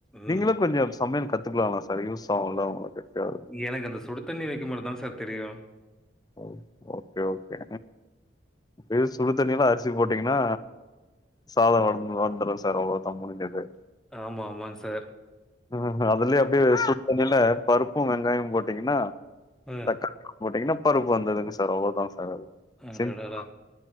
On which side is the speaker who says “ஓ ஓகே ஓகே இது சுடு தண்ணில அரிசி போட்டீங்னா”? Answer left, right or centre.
Left